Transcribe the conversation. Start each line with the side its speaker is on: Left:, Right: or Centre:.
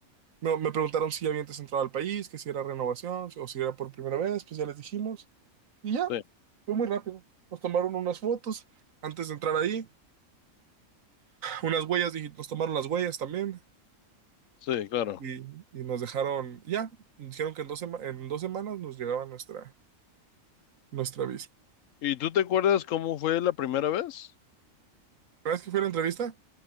Right: Me, me preguntaron si ya había antes entrado al país, que si era renovación o si era por primera vez, pues ya les dijimos. Y ya,
Left: sí,
Right: fue muy rápido. Nos tomaron unas fotos antes de entrar ahí, unas huellas, digi- nos tomaron las huellas también
Left: sí, claro.
Right: y, y nos dejaron, ya, dijeron que en dos, sema- en dos semanas nos llegaba nuestra, nuestra visa.
Left: ¿Y tú te acuerdas cómo fue la primera vez?
Right: ¿La vez que fui a la entrevista?